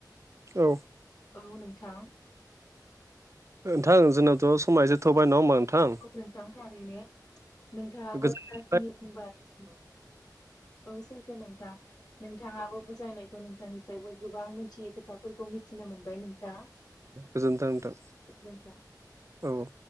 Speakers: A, on the right; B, on the left.
A: औ
B: औ नोंथां
A: नोंथां जोंनावथ' समा एसे थौबाय नङा होनबा नोंथां
B: औ नोंथां थारैनो नोंथांङाबो
A: गोजोननाय
B: जाखिनि बुंबाय औ सैथो नोंथां नोंथाङाबो बुजायनायखौ नोंथांनि फ्रायबो गोबां मिथियै खोथाफोरखौ मिथिनो मोनबाय नोंथां
A: गोजोन्थों नोंथां
B: गोजोनथों
A: औ